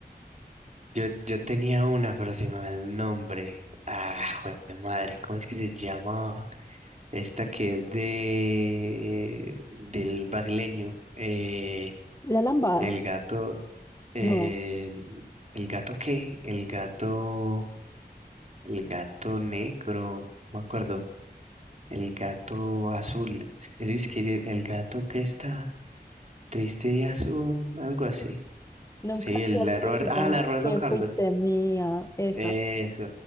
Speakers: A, on the right; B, on the left.
A: Yo, yo tenía una, pero se me va el nombre. Ah, jue de madre, ¿cómo es que se llamaba? Esta que es de del brasileño. Eh,
B: La lambada.
A: el gato, eh,
B: No,
A: ¿el gato qué? El gato, el gato negro, no me acuerdo. El gato azul. Es, es es que dice, el gato que está triste y azul, algo así.
B: nunca
A: Sí, el
B: se olvida
A: la Robert, ah, la de Roberto
B: que
A: Carlos.
B: fuiste mía. Esa,
A: Eso,